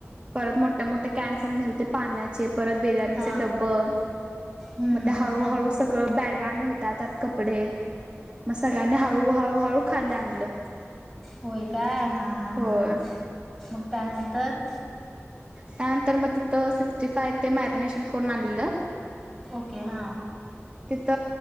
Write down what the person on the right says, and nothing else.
परत मो मोठ् मोठे कॅन पण नेलते पाण्या चे परत बिर्याणीचे
डब्बं
मग ते हळू
हळू सगळं बॅगा आणि हो त्यात आत कपडे मग सगळ्यांनी हळू हळूहळू खाली आणलं.
होय
त्यानंतर मग तिथं सिक्स्टी फाय ते मॅरिनेशन करून आणलेलं.
त